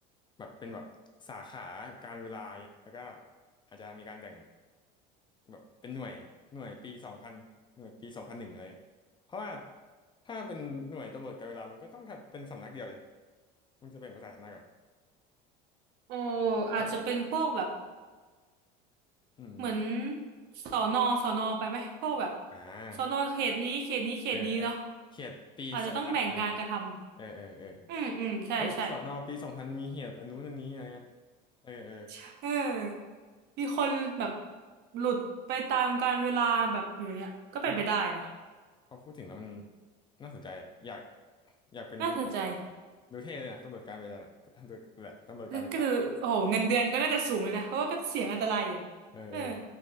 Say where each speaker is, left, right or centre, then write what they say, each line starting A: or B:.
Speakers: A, on the left (about 25°); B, on the right (about 55°).
A: แบบเป็นแบบสาขาการเวลาเนี่ยแล้วก็อาจจะมีการแบ่งแบบเป็นหน่วยหน่วยปีสองพันหน่วยปีสองพันหนึ่งอะไรเงี้ยเพราะว่าถ้าเป็นหน่วยตำรวจการเวลามันก็ต้องทำเป็นสำนักเดียวดิมันจะแบ่งเป็นสายสำนักเหรอ
B: โอ้อาจจะเป็นพวกแบบ
A: ครับอืมอม
B: เหมือนสอนอสอนอไปไหมพวกแบบ
A: อ่า
B: สอนอเขตนี้เขตนี้เขตนี้เนาะ
A: เออเออเขตปีสองพันอะไรเงี้ย
B: อาจจะต้องแบ่งงานกันท
A: เออเออเออ
B: ำอืมอืมใช่ใช่
A: เฮ้ยสอนอปีสองพันมีเหตุอันนู้นอันนี้อะไรเงี้ยเออเออ
B: ใช่เออมีคนแบบหลุดไปตามกาลเวลาแบบอย่างเงี้ยก็เป็นไปได้นะ
A: อืมพอพูดถึงแล้วมันน่าสนใจอ่ะอยากอยากเป็นตำรวจการเวลาดูเท่เลยนะตำรวจการเวลาน่ะตำรวจแหละตำรวจการเวลา
B: น่าสนใจ ก็คือโอ้โหเงินเดือนก็น่าจะสูงเลยนะเพราะว่าก็เสี่ยงอันตรายอยู่
A: เออเออ
B: เออ